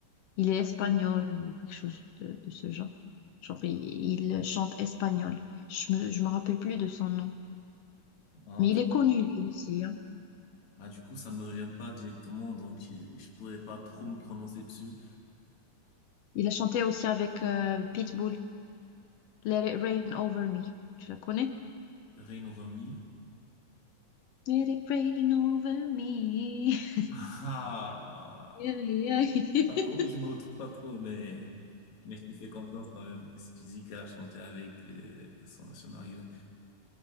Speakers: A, on the left; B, on the left.
A: il est espagnol ou quelque chose de, de ce genre. Genre, il, il chante espagnol. Je me, je me rappelle plus de son nom.
B: Ah
A: Mais
B: du...
A: il est connu lui aussi. hein.
B: ah, du coup, ça ne me revient pas directement, donc je, je pourrais pas trop me prononcer dessus.
A: Il a chanté aussi avec euh, Pitbull. Let it rain over me. Tu la connais?
B: Rain Over Me?
A: Let it rain over me. <laughs>
B: <laughs> Ah,
A: Yeah, yeah.
B: pas trop,
A: <laughs>
B: je me retrouve pas trop, mais, mais je te fais confiance quand même. Si tu dis qu'elle a chanté avec euh, son ancien mari, ouais.